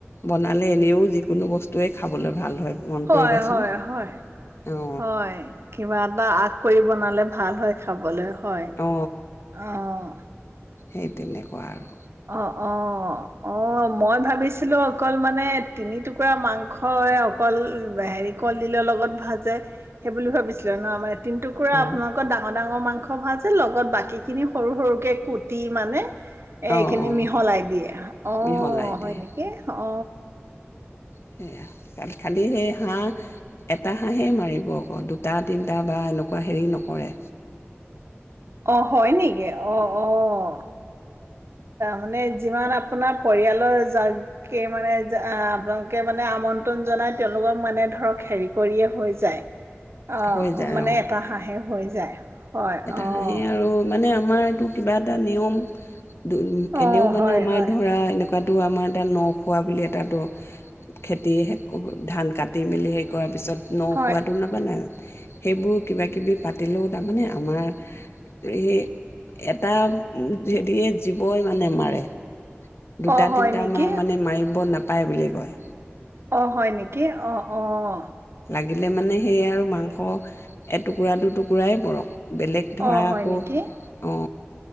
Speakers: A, on the left; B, on the right.
A: বনালে এনেও যিকোনো বস্তুৱয়ে খাবলৈ ভাল হয় মন
B: হয়
A: কৰিবাচোন,
B: হয় হয়
A: অ।
B: হয় কিবা এটা আগ কৰি বনালে ভাল হয় খাবলৈ। হয়
A: অ
B: অঁ
A: সেই তেনেকুৱা আৰু।
B: অ। অ অ মই ভাবিছিলোঁ অকল মানে তিনি টুকুৰা মাংস অকল হেৰি কলডিলৰ লগত ভাজে সেইব ভাবিছিলে নহ মাৰ তিনি টুকুৰা
A: অ
B: আপোনালোকৰ ডাঙৰ ডাঙৰ মাংস ভাজ- লগত বাকী খিনি সৰু সৰুকে কুটি মানে এ
A: অ
B: এইখিনি
A: অ
B: মিহলাই দিয়ে অ',
A: মিহলাই দিয়ে
B: হয় নেকি অ'।
A: সেয়া তাত খালি সেই হাঁহ এটা হাঁহেই মাৰিব আকৌ দুটা তিনিটা বা এনেকুৱা হেৰি নকৰে।
B: অ', হয় নেকি? অ', অ'। মানে যিমান আপোনাৰ পৰিয়ালৰ যাকে মানে আপোনালোকে মানে আমন্ত্ৰণ জনাই তেওঁলোকক মানে ধৰক হেৰি কৰিয়ে হৈ যায অ',
A: হৈ যায়
B: মানে এটা হাঁহে হৈ যায়। হয়
A: এটা
B: অ'
A: হাঁহি আৰু মানে আমাৰ এইটো কিবা এটা নিয়ম দুম
B: অ'
A: এনেও মানে
B: হয়
A: আমাৰ
B: হয়
A: ধৰা এনেক কুকাটো আমাৰ এটা ন' খোৱা বুলি এ তাতো খেতি ধান কাটি মেলি সেই কৰাৰ পিছত ন'
B: হয়
A: খোৱাতো নাপালা। সেইবোৰ কিবা কিবি পাতিলেও তাৰমানে আমাৰ সেই এটা হেৰি জীৱই মানে মাৰে দুটা
B: অ' হয়
A: তিনিটা
B: নেকি?
A: মান মানে মাৰিব নাপাই। নাপায় বুলি কয়।
B: অ', হয় নেক কি অ' অ'
A: লাগিলে মানে সেয়া আৰু মাংস এটুকুৰা দুটুকুৰাই পৰক বেলেগ ধৰা
B: অ' হয়
A: আকৌ
B: নেকি?
A: অ'